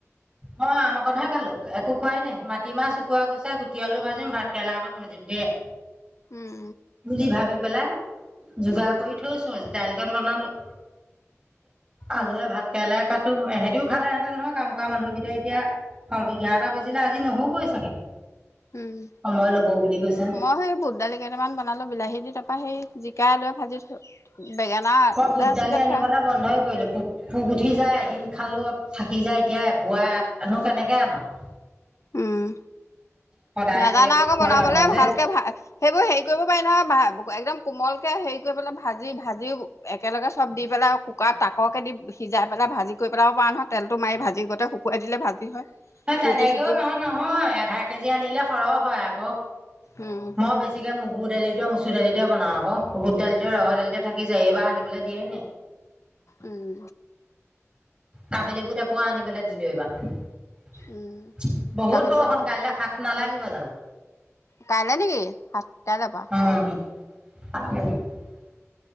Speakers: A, on the right; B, on the left.
A: অ আমকহে াল একো খোৱাই নে মা কতিমা চকুৱ গুচা গুটিয়ালো ভাজিম ভাত কেেলা ক ন ভ যিক
B: উম
A: বুলি ভাবি পেলাই জুগা
B: উম
A: কৰি থৈছোঁজ দাইালখনান বালো উ আলুৱে
B: উম
A: ভাব কেৰেলাই কাটি ত ইহঁতিও খালে এহঁতে নহয় কাম কৰা মানুহকেইটাই এতিয়া এঘাৰটা বজিলে আজি নহবগৈ চাগে
B: উম
A: সময় ল'ব বুলি কৈছে
B: মই সেই বুধ দালি কেইটামান বনালো বিলাহী দি তাৰ তাৰপ সি জিকাই লৈ ভাজি থৈ বেঙেনা
A: অই
B: দুটা
A: বুধ
B: আছিলে
A: দালি আনিবলৈ
B: ফ্ৰাই
A: বন্ধই কৰিলো পুোক উঠি যায় দিন খালো থাকি যায় এতিয়া পুৱা আনো কেনেকে আনো
B: উম
A: সদায়কে
B: নাজানা আকৌ
A: খোৱা
B: বনাবলে
A: নহয় যে
B: ভালকে ভ সেইবোৰ হেৰি কৰিব নহয় একদম কোমলকে হেৰি কৰিেলাই ভি ভাজিগেব দি পেল আৰু কুকাৰত তাকৰকে দি সিজাই পেল ভাজি কৰি পেলাব পৰা নহয় তেলটো মাৰি ভাজি গতেট শুুৱাই দিলে ভাবি হয়
A: অ তানোগো
B: ৰুটি চুটি
A: নহয়
B: বা
A: নহয় আধা কেজি আনিলে সৰহ হয় আৰু
B: উম
A: মই বেছিকে ম গু দালি দিিয় চূৰাা যেতিয়া বনাওঁ আকৌ বুট দালিতে ৰহৰ দালিতে থাকি যায় এইবাৰ আনিব দিয়াই নে
B: উম
A: কাবেলী বুত এপুৱা আনি পেলাই দিলো এইবাৰ
B: উম
A: বহুত
B: খাবলৈ
A: বৰষুণ
B: লগত
A: কাইলৈ সাত নালাগে কিিব যান
B: তলৈ নেকি কাইলৈ পৰা
A: অ, <unintelligible>
B: উম